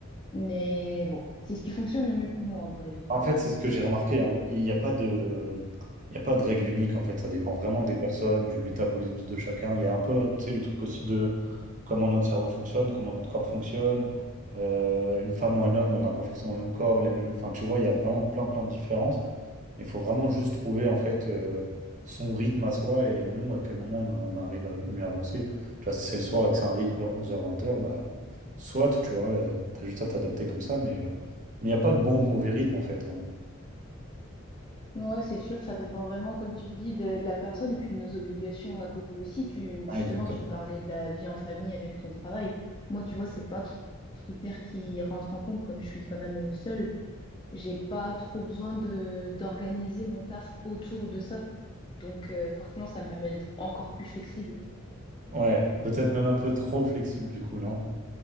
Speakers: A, on the left (about 25°); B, on the right (about 35°).
A: Mais bon, c'est ce qui fonctionne le mieux pour moi en vrai. Donc,
B: En
A: euh,
B: fait, c'est ce que j'ai remarqué, hein. Il n'y a pas de, il y a pas de règle unique, en fait. Ça dépend vraiment des personnes, du métabolisme de chacun. Il y a un peu, tu sais, le truc aussi de comment notre cerveau fonctionne, comment notre corps fonctionne. Euh, une femme ou un homme, on n'a pas forcément le même corps, les mêmes... Enfin, tu vois, il y a vraiment plein, plein de différences. Il faut vraiment juste trouver, en fait, euh, son rythme à soi et nous, à quel moment on on arrive à mieux avancer. Tu vois, si c'est le soir et que c'est un rythme 11 heures 20 heures, bah, soit, tu vois, tu as juste à t'adapter comme ça, mais... euh, mais il n'y a pas de bon ou mauvais rythme en fait. hein.
A: ouais, c'est sûr que ça dépend vraiment, comme tu dis, de, de la personne et puis de nos obligations à côté aussi. Tu, justement,
B: Ouais, exactement.
A: tu me parlais de la vie en famille avec ton travail. Moi, tu vois, c'est pas trop un critère qui rentre en compte comme je suis quand même euh, seule. J'ai pas trop besoin de d'organiser mon taf autour de ça. Donc, euh, forcément, ça me permet d'être encore plus flexible.
B: Ouais, peut-être même un peu trop flexible du coup, non?